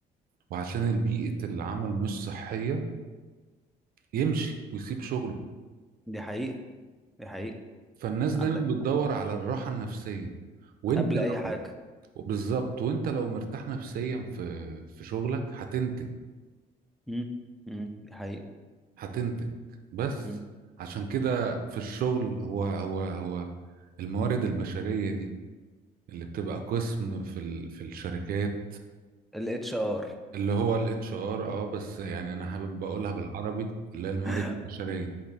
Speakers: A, on the right (about 60°); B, in the centre.
A: وعشان البيئة العمل مش صحية يمشي ويسيب شغله
B: دي حقيقة دي حقيقة
A: فالناس دايما
B: عندك
A: بتدور على الراحة النفسية وانت
B: قبل
A: لو
B: اي حاجة
A: بالظبط وانت لو مرتاح نفسيا في في شغلك هتنتج
B: مم. مم. دي حقيقة
A: هتنتج بس
B: مم.
A: عشان كده في الشغل هو هو هو الموارد البشرية دي اللي بتبقى قسم في ال في الشركات
B: الاتش ار
A: اللي هو الاتش ار اه بس يعني انا حابب اقولها بالعربي اللي هي الموارد
B: <laughs>
A: البشرية